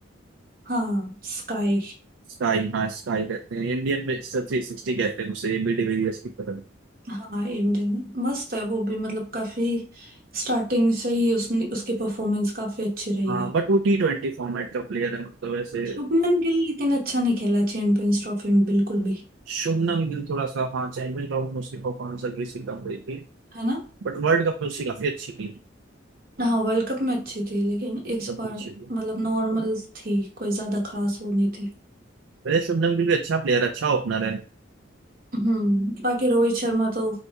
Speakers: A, on the right (about 45°); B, on the right (about 70°).
A: हाँ स्काई
B: स्काई हाँ स्काई कहते हैं इंडियन में सबसे सिक्सटी कहते हैं उसे एबी डिविलियर्स की तरह
A: हाँ इंडियन मस्त है वो भी मतलब काफी स्टार्टिंग से ही उसने उसकी परफॉर्मेंस काफी अच्छी रही
B: हाँ
A: है
B: बट वो टी ट्वेंटी फॉर्मेट का प्लेयर है मतलब ऐसे
A: शुभमन गिल लेकिन अच्छा नहीं खेला चैंपियंस ट्रॉफी में बिल्कुल भी
B: शुभमन गिल थोड़ा सा हाँ चैंपियन ट्रॉफी में उसकी परफॉर्मेंस हल्की सी कम रही थी
A: है ना
B: बट वर्ल्ड कप में उसकी काफी अच्छी थी
A: हाँ वर्ल्ड कप में अच्छी थी लेकिन इस
B: तब
A: बार
B: पीछे भी
A: मतलब नॉर्मल थी कोई ज्यादा खास वो नहीं थी
B: वैसे शुभमन गिल भी अच्छा प्लेयर अच्छा ओपनर है
A: हम्म बाकी रोहित शर्मा तो